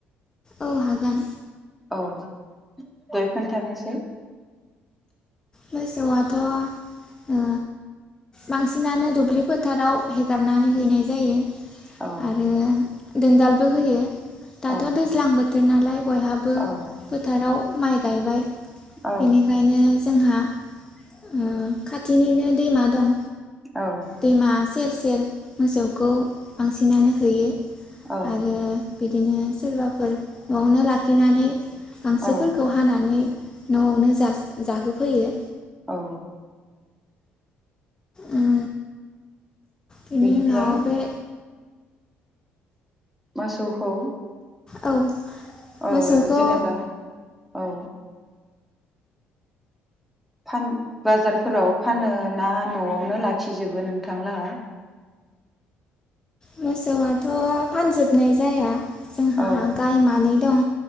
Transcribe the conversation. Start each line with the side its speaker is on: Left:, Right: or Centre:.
Left: औ हागोन।
Centre: औ दे खोन्थानायसाय
Left: मोसौआथ ओ बांसिनानो दुब्लि फोथाराव हेगारनानै हैनाय जायो
Centre: औ
Left: आरो दोनदालबो होयो। दाथ'
Centre: औ
Left: दैज्लांबो बयहाबो
Centre: औ
Left: फोथाराव माइ गायबाय
Centre: औ
Left: बेनिखायनो जोंहा ओ खाथिनिनो दैमा दं
Centre: औ
Left: दैमा सेर सेर मोसौखौ बांसिनानो होयो।
Centre: औ
Left: आरो बिदिनो सोरबाफोर न'आवनो लाखिनानै गांसोफोरखौ
Centre: औ
Left: हानानै न'आवनो जासो-जाहो फैयो।
Centre: औ
Left: उम बेनि
Centre: बेनिफ्राय
Left: उनाव बे
Centre: मोसौखौ
Left: औ
Centre: औ
Left: मोसौखौ
Centre: जेनेबा औ फान बाजारफोराव फानो ना न'आवनो लाखिजोबो नोंथांलाहा
Left: मोसौआथ फानजोबनाय जाया जोंहा
Centre: औ
Left: गाय मानै दं